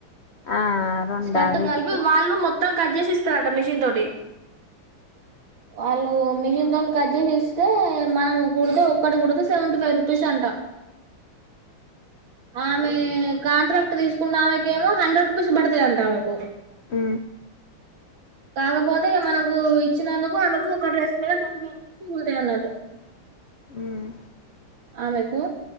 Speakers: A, on the left; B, on the right.
A: ఆ రెండా
B: స్కార్ట్
A: వీటికి
B: కలిపి వాల్లు మొ త్తం కట్ చేసిస్తారట మిషన్ తోటి వాళ్ళు మిషన్ తోటి కట్ చేసిస్తే మనం కుడితే ఒక్కటి కుడీతే సెవెంటీ ఫైవ్ రుపీస్ అంటా ఆమె కాంట్రాక్ట్ తీసుకున్న ఆమె ఏమో హండ్రెడ్ రూపీస్ పడతాయ్ అంట ఆమెకు
A: హు
B: కాకపోతే ఇగ మనకు ఇచ్చినందుకు ఆమెకు ఒక డ్రెస్ మీద ట్వంటీ ఫైవ్ రూపీస్ మిగులుతాయి అన్నాట్టు
A: ఉమ్
B: ఆమెకు